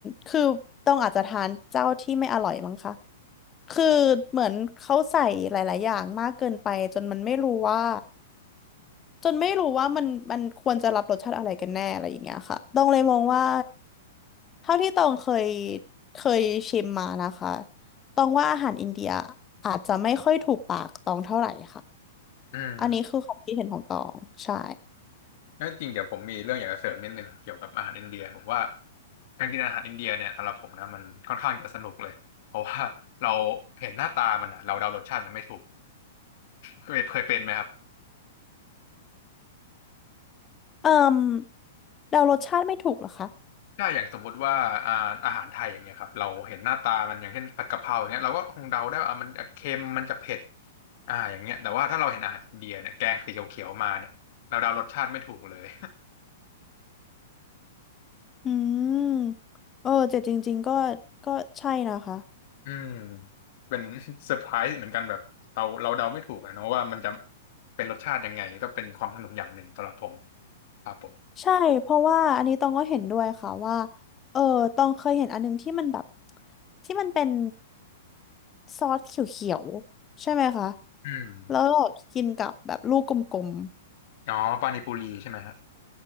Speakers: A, on the left; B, on the left.
A: คือตองอาจจะทานเจ้าที่ไม่อร่อยมั้งคะคือเหมือนเขาใส่หลายๆอย่างมากเกินไปจนมันไม่รู้ว่าจนไม่รู้ว่ามันมันควรจะรับรสชาติอะไรกันแน่อะไรอย่างเงี้ยค่ะต้องเลยมองว่า เท่าที่ตองเคยเคยชิมมานะคะตองว่าอาหารอินเดียอาจจะไม่ค่อยถูกปากตองเท่าไหร่ค่ะ
B: อืม
A: อันนี้คือความคิดเห็นของตองใช่
B: แล้วจริงเดี๋ยวผมมีเรื่องอยากจะเสริมนิดนึงเกี่ยวกับอาหารอินเดียผมว่าการกินอาหารอินเดียเนี่ยสำหรับผมนะมันค่อนข้างจะสนุกเลยเพราะว่าเราเห็นหน้าตามันอะเราเดารสชาติมันไม่ถูกเคยเคยเป็นไหมครับ
A: เอ่มเดารสชาติไม่ถูกเหรอคะ
B: ถ้าอย่างสมมุติว่าอ่าอาหารไทยอย่างเงี้ยครับเราเห็นหน้าตามันอย่างเช่นผัดกะเพราอย่างเงี้ยเราก็คงเดาได้ว่าอ่ะมันจะเค็มมันจะเผ็ดอ่าอย่างเงี้ยแต่ว่าถ้าเราเห็นอาหารอินเดียเนี่ยแกงสีเขียวๆมาเนี่ยเราเดารสชาติไม่ถูกเลย
A: อืมเออแต่จริงๆก็ก็ใช่นะคะ
B: อืมเป็น <laughs> เซอร์ไพรส์เหมือนกันแบบเราเราเดาไม่ถูกอะเนาะว่ามันจะเป็นรสชาติยังไงก็เป็นความสนุกอย่างหนึ่งสำหรับผมครับผม
A: ใช่เพราะว่าอันนี้ตองก็เห็นด้วยค่ะว่าเออตองเคยเห็นอันนึงที่มันแบบที่มันเป็นซอสเขียวๆใช่ไหมคะ
B: อืม
A: แล้วก็กินกับแบบลูกกลมๆ
B: อ๋อปานิปุรีใช่ไหมครับ